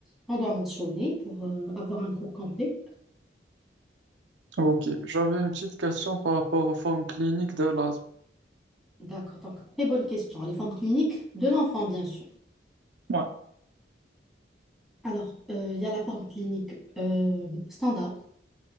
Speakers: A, in the centre; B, on the right.
A: qu'on doit mentionner pour euh, avoir un cours complet?
B: ok, j'avais une petite question par rapport aux formes cliniques de l'asthme.
A: D'accord, donc très bonne question. Les formes cliniques de l'enfant, bien sûr.
B: Ouais.
A: Alors, euh, il y a la forme clinique euh, standard.